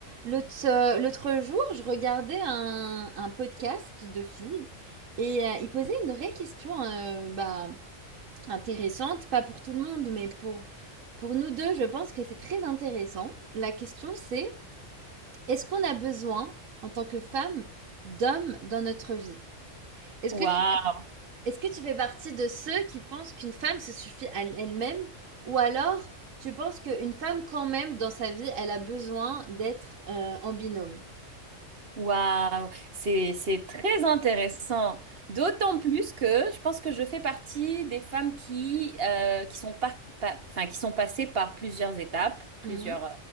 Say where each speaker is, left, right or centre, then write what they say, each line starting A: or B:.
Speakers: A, on the right; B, on the right.
A: L'autre, euh, l'autre jour, je regardais un, un podcast de filles et euh, ils posaient une vraie question euh, bah, intéressante, pas pour tout le monde, mais pour, pour nous deux, je pense que c'est très intéressant. La question c'est, est-ce qu'on a besoin, en tant que femme, d'hommes dans notre vie? Est-ce que
B: Waouh!
A: tu, fais- est-ce que tu fais partie de ceux qui pensent qu'une femme se suffit à elle-même ou alors tu penses qu'une femme, quand même, dans sa vie, elle a besoin d'être euh, en binôme?
B: Waouh, c'est c'est très intéressant. D'autant plus que je pense que je fais partie des femmes qui euh, qui sont pas, pas- enfin qui sont passées par plusieurs étapes, plusieurs
A: Mhm.
B: euh,